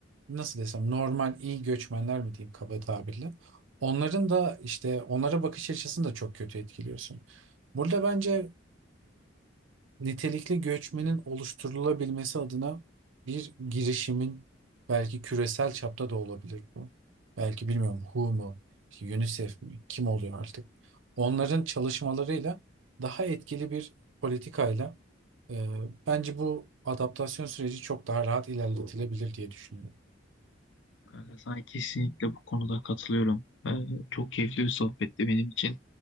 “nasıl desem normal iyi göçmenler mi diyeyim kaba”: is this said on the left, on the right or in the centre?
Right